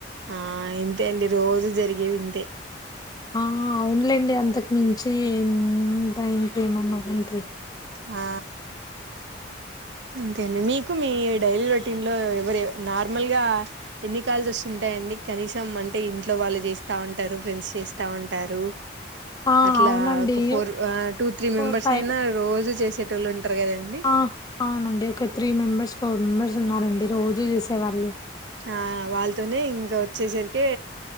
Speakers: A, on the right (about 70°); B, on the left (about 20°).
A: ఆ ఇంతే అండి రోజు జరిగేవి ఇంతే
B: ఆ అవునులేండి అంతకు మించి దా ఇంకేమన్నా ఉంటే
A: ఆ అంతే అండి మీకు మీ డైలీ రొటీన్లో ఎవరు నార్మల్గా ఎన్ని కాల్స్ వస్తుంటా యి అండి కనీసం అంటే ఇంట్లో వాళ్ళు చేస్తా ఉంటారు ఫ్రెండ్స్ చేస్తా ఉంటారు
B: ఆ
A: అట్లా
B: అవునండి
A: ఒక four two three
B: four
A: members
B: five
A: అయినా రోజు చేస్ టోళ్లు ఉంట్రా కదండి
B: ఆ అవునండి ఒక త్రీ మెంబెర్స్ ఫోర్ మెంబర్స్ ఉన్నారండి రోజు చేసేవాళ్ళు
A: ఆ వాళ్ళతోనే ఇంగ వచ్చేసరికే